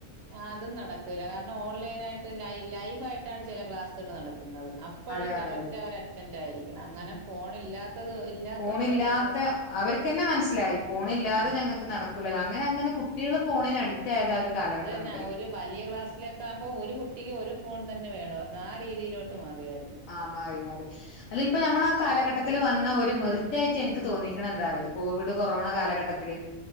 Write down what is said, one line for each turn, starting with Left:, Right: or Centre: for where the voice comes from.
Right: അതും നടക്കൂല്ല കാരണം ഓൺലൈന ആയിട്ട് ലൈവ് ലൈവ് ആയിട്ടാണ് ചില ക്ലാസ്സുകൾ നടത്തുന്നത് ഇപ്പോഴും
Left: അതെ അതെ
Right: കറക്റ്റ്
Left: അതെ
Right: അവർ അറ്റൻറ് ആയിരിക്കണം
Left: ഉം
Right: അങ്ങനെ
Left: ഉം
Right: ഫോൺ ഇല്ലാത്തത് ഇല്ലാത്തവരവരെ
Left: ഫോണില്ലാത്ത
Right: പുതി
Left: അവർക്ക്ന്നെ മനസ്സിലായി ഫോണില്ലാതെ
Right: ആഹ്
Left: ഞങ്ങൾക്ക് നടക്കൂല അങ്ങനെ അങ്ങനെ കുട്ട് കുട്ടികള് ഫോണിന് അഡിക്റ്റ് ആയത ആ ഒരു കാലഘട്ടം
Right: ന്ന
Left: മുതലാ
Right: ഒരു വലിയ ക്ലാസിലൊക്കെ ആകുമ്പോ ഒരു കുട്ടിക്ക് ഒരു ഫോൺ തന്നെ വേണോർഞ് ആ രീതിയിലോട്ട് മാറിയരുന്നു
Left: ആഹ് മാറി മാറി അതില് പ്പ ഞമ്മളാ കാലഘട്ട ത്തില് വന്ന ഒരു മെറിറ്റായിറ്റ് എനിക്ക് തോന്നിയിക്ക്ണ എന്താറിയോ കോവിഡ് കൊറോണ കാലഘട്ടത്തില്